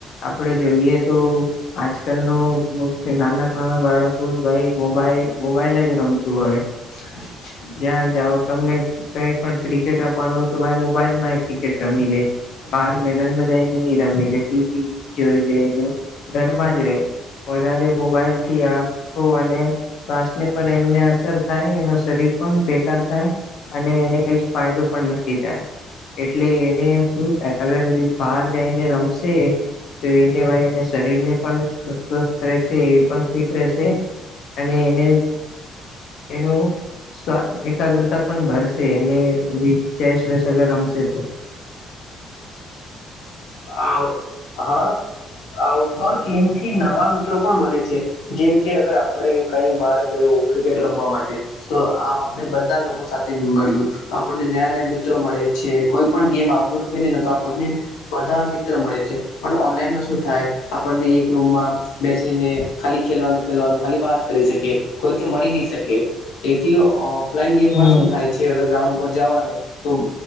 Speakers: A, on the left; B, on the left.
A: આપડે જોઈએ, તો આજકાલ નો નાન-નાના બાળકો ભાઈ મોબાઈલ મોબાઈલ જ રમતું હોય.
B: <unintelligible>
A: કયાં જાઓ, તમને કાંઈ પણ ક્રિકેટ રમવાનું હો, તો ભાઈ મોબાઈલ માં એક એક રમી લે. બહાર મેદાનમાં જાયને રમે લે, ટીવી જોઈ લે ને, ઘરમાં જ રહે. વધારે મોબાઈલ થી આતો અને શ્વાસને પણ એમને અસર થાય, એનું શરીર પણ બેકાર થાય. અને એને કઈ ફાયદો પણ નથી થાય. એટલે એને શું અલગ બહાર જઈને રમશે. તો એને એ શરીરને પણ સ્વસ્થ રહેશે, એ પણ ફિટ રહેશે. અને એને એનું. એકાગ્રતા પણ ભરશે ને, ચેસ વેસ અગર રમશે. હ <unintelligible> <inaudible>
B: આવ. હા, આઉટડોર ગેમ થી નવા મિત્રો પણ બને છે. જેમ કે અગર આપડે કંઈ બાર ગયા, ક્રિકેટ રમવા માટે. તો આપણે બધા લોકો સાથે મળ્યું. તો આપણને નયા નયા મિત્રો મળે છે, કોઇપણ ગેમ આઉટડોર ખેલી ને તો આપણને બધા મિત્ર મળે છે, પણ ઓનલાઈનમાં શું થાય. આપણને એક રૂમમાં બેસીને ખાલી ખેલવાનું ખેલવાનું ખાલી વાત કરી શકે, કોઈથી મળી નહી શકે. તેથી ઓફલાઈન ગેમમાં
A: હમ
B: શું થાય છે, અગર ગ્રાઉન્ડ પર જવાનું. તો